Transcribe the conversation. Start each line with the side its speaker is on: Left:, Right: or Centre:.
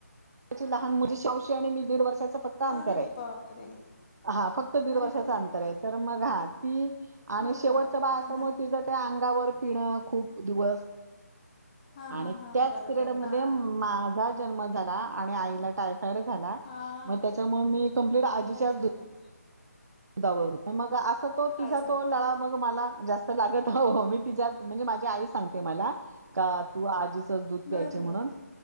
Right: लहान मुलीची मावशी आणि मी दीड वर्षाचा फक्त अंतर
Left: अरे
Right: आहे.
Left: बापरे,
Right: हा फक्त दीड
Left: अरे
Right: वर्षाच
Left: बापरे!
Right: अंतर आहे, तर मग हा ती आणि
Left: हो
Right: शेवटचा
Left: का?
Right: बाळ
Left: हां,
Right: आता
Left: हां.
Right: मग तिझं ते आगं आगंवर पिणं खूप दिवस
Left: हां,
Right: आणि
Left: हां, हां.
Right: त्याच
Left: बरोबर.
Right: पिरेड मध्ये
Left: हां.
Right: माझा जन्म झाला आणि आईला टायफाईड झाला,
Left: हां.
Right: म त्यामुळे मी कंप्लेंट आजीच्याच
Left: अरे
Right: दूध
Left: बापरे!
Right: दुधावर होती, मग असं तो
Left: काय
Right: तिचा
Left: सांगता?
Right: तो लळा मग ती मला जास्त लागत, हो- हो मी तिच्यात म्हणजे माझी आई सांग ते मला का तू आज्जीचच दूध
Left: बरं
Right: प्यायची म्हणून.
Left: बरं